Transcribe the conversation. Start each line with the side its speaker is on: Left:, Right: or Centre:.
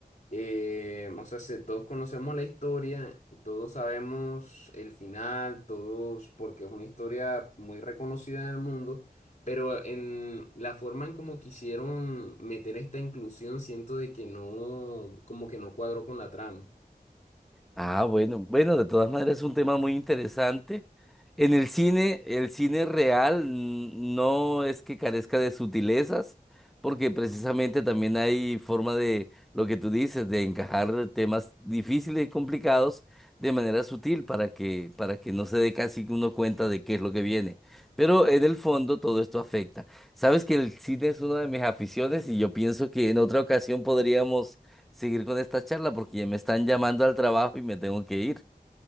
Left: eh, o sea, se- todos conocemos la historia, todos sabemos el final, todos, porque es una historia muy reconocida en el mundo. Pero en la forma en como quisieron meter esta inclusión, siento de que no, como que no cuadró con la trama.
Centre: Ah, bueno, bueno, de todas maneras es un tema muy interesante. En el cine, el cine real mm, no es que carezca de sutilezas, porque precisamente también hay forma de lo que tú dices, de encajar temas difíciles y complicados de manera sutil para que, para que no se dé casi que uno cuenta de qué es lo que viene. Pero en el fondo todo esto afecta. Sabes que el cine es una de mis aficiones y yo pienso que en otra ocasión podríamos seguir con esta charla porque ya me están llamando al trabajo y me tengo que ir.